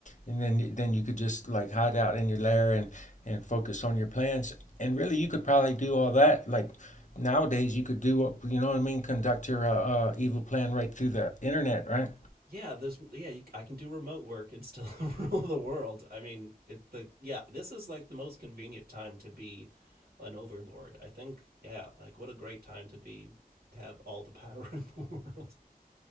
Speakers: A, on the left; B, on the right.
A: And then then you could just like hide out in your lair and and focus on your plans. And really, you could probably do all that. Like nowadays, you could do what you know what I mean. Conduct your uh, uh, evil plan right through the internet, right?
B: yeah, there's yeah, you, I can do remote work and still <laughs> rule the world. I mean, it the yeah, this is like the most convenient time to be an overlord. I think yeah, like what a great time to be have all the power <laughs> in the world.